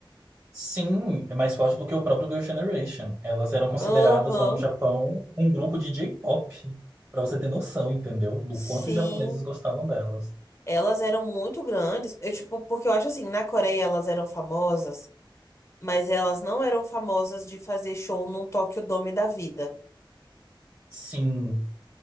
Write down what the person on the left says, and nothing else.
Aham,
sim.
Elas eram muito grandes. Eu, tipo, porque eu acho assim, na Coreia elas eram famosas, mas elas não eram famosas de fazer show num Tokyo Dome da vida.